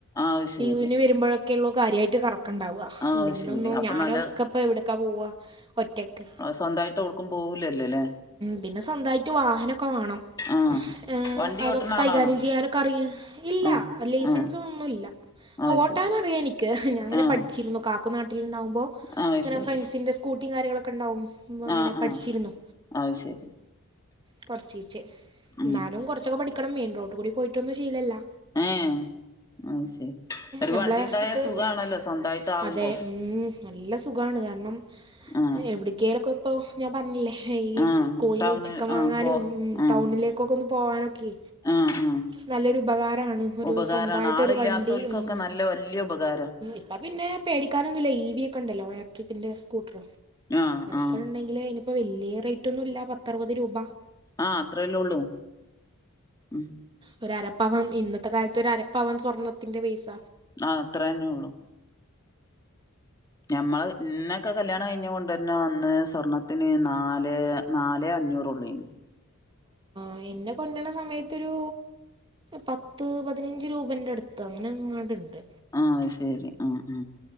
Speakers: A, on the left; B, on the right.
A: അത് ശരി
B: ലീവിന് വരുമ്പോഴൊക്കെ ഉള്ളൂ കാര്യമായിട്ട് കറക്കുണ്ടാവുക
A: ആ
B: അല്ലെങ്കില
A: അത് ശരി
B: ഒന്നും
A: അപ്പൊ
B: ഞാനൊക്കെപ്പ
A: നല്ല
B: എവിടക്കാ പോവ ഒറ്റക്ക്
A: സ്വന്തമായിട്ട് ടുക്കും പോവൂല്ലല്ലോ അല്ലേ
B: പിന്നെ സ്വന്തമായിട്ട് വാഹനമൊക്കെ വേണം
A: ആഹ്
B: ഏ
A: വണ്ടി
B: അതൊക്കെ
A: ഓട്ട്ണ
B: കൈകാര്യം
A: ആളാണോ
B: ചെയ്യാനൊക്കെ അറിയാണ് ഇല്ല
A: ആഹ്
B: ലൈസൻസ
A: ആഹ്
B: ഒന്നുമല്ല ആ
A: അത്
B: ഓട്ടാൻറിയാം
A: ശരി
B: എനിക്ക് ഞാൻ അങ്ങനെ
A: ആഹ്
B: പഠിച്ചിരുന്നു കാക്കുനാട്ടിൽ ഉണ്ടാവുമ്പോ
A: അത്
B: ഇങ്ങനെ
A: ശരി
B: ഫ്രണ്ട്സിന്റെ സ്കൂട്ടി കാര്യങ്ങളൊക്കെണ്ടാവും അങ്ങനെ
A: ആഹ്
B: പഠിച്ചിരുന്നു
A: ആഹ് അത് ശരി
B: കൊറചീച്ചെ
A: ഉം
B: എന്നാലും കുറച്ചൊക്കെ പഠിക്കണം മെയിൻ റോഡ കൂടി പോയിട്ട് ഒന്നും ശിലല്ല
A: ഏ ആ ശരി ഒരു
B: നമ്മളെ
A: വണ്ടിണ്ടായ
B: ഏഹ്,
A: സുഖമാണല്ലോ സ്വന്തമായിട്ട് ആവുമ്പോ
B: അതെ ഉം, നല്ല സുഖാണ് കാരണം
A: ആഹ്
B: എവിടക്കലൊക്കെ ഇപ്പോൾ ഞാൻ പറഞ്ഞില്ലേ ഈ
A: ആഹ്
B: ഈ കോഴി
A: ടൗണ്
B: ചിക്കൻ വാങ്ങാനും
A: ആഹ് പോ ആഹ്
B: ടൗണിലേക്കൊക്കെ ഒന്ന് പോകാനൊക്കെ
A: ആഹ് ആഹ്
B: നല്ലൊരു ഉപകാരാണ് ഒരു
A: ഉപകാരാണ്
B: സ്വന്തായിട്ടൊരു
A: ആളില്ലാത്തോൽക്കൊക്കെ
B: വണ്ടി ഉം
A: നല്ല വല്യ ഉപകാരാ
B: ഇപ്പ പിന്നെ പേടിക്കാനൊന്നുല്ല ഈവിയെക്കെ ണ്ടല്ലോ ഏട്രിക്കിന്റെ സ്കൂട്ട്ർ
A: <unintelligible> ആ
B: ക്കണ്ടെങ്കില് ഇനിപ്പം വല്ല്യേ റൈറ്റ് ഒന്നും ഇല്ല പത്തറുപത് രൂപ
A: ആ അത്രല്ലേ ഒള്ളൂ ഉം
B: ഒര് അരപ്പവൻ ഇന്നത്തെ കാലത്ത് ഒര് അരപ്പവൻ സ്വർണ്ണത്തിന്റെ പൈസ
A: ആ അത്രന്നെ ഒള്ളൂ ഞമ്മള് ഇന്നെ ക്കെ കല്യാണം കഴിഞ്ഞ് കൊണ്ടര്ണ അന്ന് സ്വർണ്ണത്തിന് നാലേ നാലേ അഞ്ഞൂറൊള്ളെനി
B: ആ ഇന്നെ കൊണ്ടണ സമയ ത്തൊരു പത്ത് പതിനഞ്ച് രൂപൻ്റെ അടുത്ത് അങ്ങനെ ങ്ങാണ്ട്ണ്ട്.
A: ആഹ് അഹ് ശരി ആ ആ